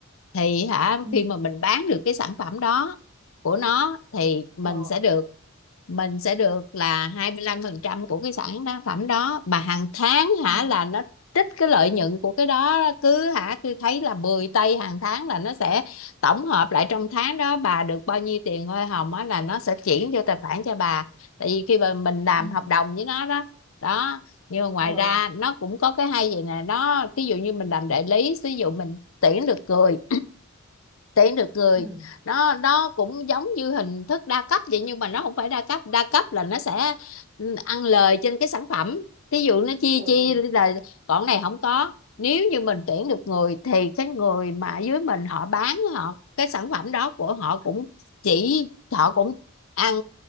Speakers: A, on the left; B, on the right.
A: thì hả
B: ừ
A: khi mà mình bán được cái sản phẩm đó của nó thì mình
B: ờ
A: sẽ được mình sẽ được là 25% của cái sản phẩm đó mà hàng tháng
B: ừ
A: hả là nó trích cái lợi nhuận của cái đó cứ hả tôi thấy là 10 tây hàng tháng là nó sẽ tổng hợp lại trong tháng đó bà được bao nhiêu tiền hoa hồng á là nó sẽ chuyển vô tài khoản cho bà tại vì khi mà mình làm
B: ừ
A: hợp đồng với nó đó đó nhưng mà ngoài
B: ừ
A: ra nó cũng có cái hay vậy nè nó ví dụ như mình làm đại lý ví dụ mình tuyển được người tiễn được người
B: ừ
A: nó nó cũng giống như hình thức đa cấp vậy nhưng mà nó không phải đa cấp đa cấp là nó sẽ ừ, ăn lời trên cái sản phẩm ví dụ nó chia
B: ừ
A: chia
B: ừ
A: là còn này không có nếu như mình tuyển được người thì cái người mà dưới mình họ bán họ cái sản phẩm đó của họ cũng chỉ họ cũng ăn